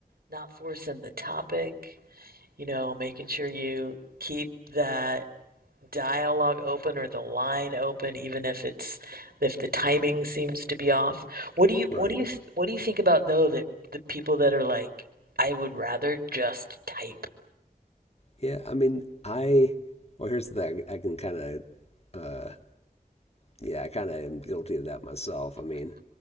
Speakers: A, on the right; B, on the left.
A: not forcing the topic you know making sure you keep that dialogue open or the line open, even if it's if the timing seems to be off. What do you
B: Right.
A: what do you what do you think about though that the people that are like, I would rather just type
B: Yeah. I mean, I. Well, here's the thing. I can kind of uh, Yeah, I kind of am guilty of that myself. I mean,